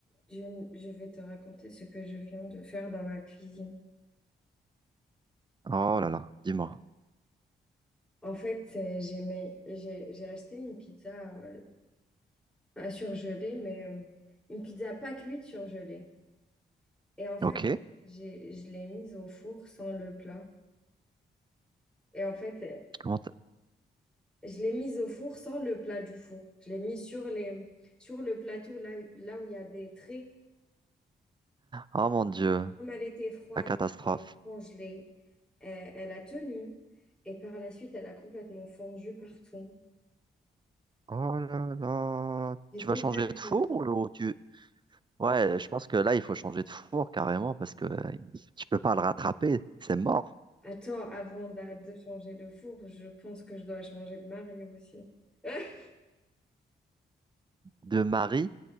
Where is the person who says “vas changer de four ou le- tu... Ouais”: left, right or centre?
Right